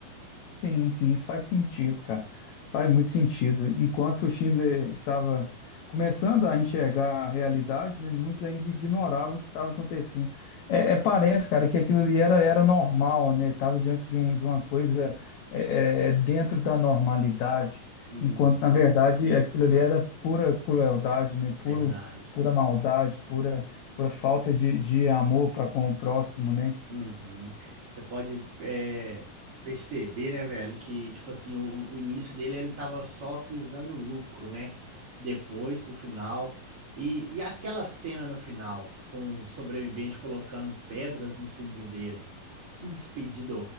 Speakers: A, on the left (about 90°); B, on the right (about 50°).
A: Sim, sim, isso faz sentido, cara. Faz muito sentido. Enquanto o Schindler estava começando a enxergar a realidade, né, muitos ainda ignoravam o que estava acontecendo. É, é, parece, cara, que aquilo ali era, era normal, né? Estava diante de, um, de uma coisa é, é, é dentro da normalidade,
B: Uhum.
A: enquanto, na verdade, aquilo ali era pura crueldade, né? Puro,
B: Verdade.
A: pura maldade, pura, pura falta de, de amor para com o próximo, né?
B: Uhum. Você pode é, perceber, né, velho, que, tipo assim, o, o início dele, ele tava só frisando lucro, né? Depois, pro final. E, e aquela cena no final, com o sobrevivente colocando pedras no túmulo dele. Que despedida